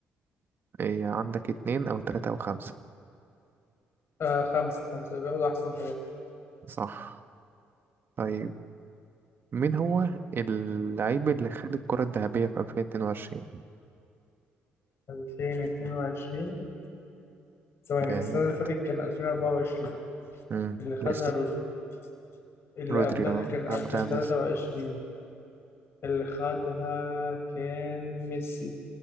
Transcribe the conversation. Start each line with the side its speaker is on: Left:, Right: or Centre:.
Right: إيه عندك اتنين أو تلاتة أو خمسة
Left: آه خمسة خمسة بياخدوا أحسن ثلاثة
Right: صح طيب مين هو اللعيب اللي خد الكرة الذهبية في 2022
Left: 2022 ثواني
Right: جامد
Left: السنة اللي فاتت كان 2024
Right: مم.
Left: اللي خدها
Right: ميسي
Left: رودري اللي
Right: رودري
Left: قبلها
Right: اه
Left: كان 2023
Right: عبد العزيز
Left: اللي خدها كان ميسي